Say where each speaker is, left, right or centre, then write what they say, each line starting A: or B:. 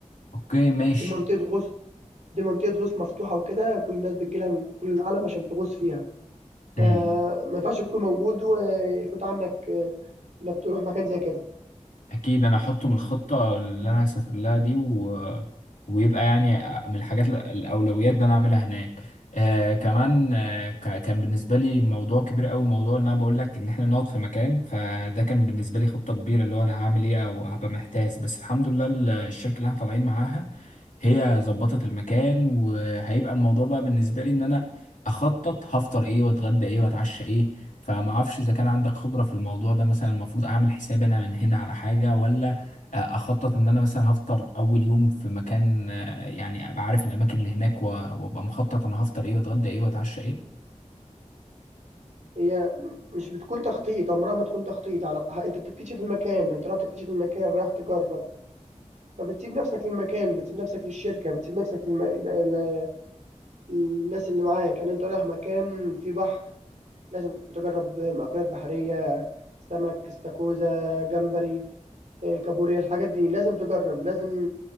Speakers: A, on the left (about 80°); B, on the right (about 70°).
A: أوكي ماشي
B: دي منطقة غوص دي منطقة غوص مفتوحة وكده كل الناس بتجيلها من كل العالم عشان تغوص فيها فما
A: مم.
B: ينفعش تكون موجود ويفوت عنك آه، إنك تروح مكان زي كده
A: اكيد انا احطه من الخطه اللي انا هسافر لها دي و... ويبقى يعني من الحاجات ال- الاولويات اللي انا اعملها هناك آه كمان آه ك... كان بالنسبه لي موضوع كبير قوي موضوع ان انا بقول لك ان احنا نقعد في مكان فده كان بالنسبه لي خطه كبيره اللي هو انا هعمل ايه او هبقى محتاس بس الحمد لله ال- الشركه اللي احنا طالعين معاها هي ظبطت المكان وهيبقى الموضوع بقى بالنسبه لي ان انا اخطط هفطر ايه واتغدى ايه واتعشى ايه فما اعرفش اذا كان عندك خبرة في الموضوع ده مثلا المفروض اعمل حساب انا من هنا على حاجة ولا آه، اخطط ان انا مثلا هفطر اول يوم في مكان آه، يعني ابقى عارف الاماكن اللي هناك و- وابقى مخطط انا هفطر ايه واتغدى ايه واتعشى ايه
B: هي مش بتكون تخطيط عمرها ما تكون تخطيط على ح- أنت بتكتشف المكان أنت رايح تكتشف المكان رايح تجرب فبتسيب نفسك للمكان بتسيب نفسك للشركة بتسيب نفسك للم... ل... ل... للناس اللي معاك يعني انت رايح مكان فيه بحر لازم تجرب مأكولات بحرية سمك استاكوزا جمبري آه، كابوريا الحاجات دي لازم تجرب لازم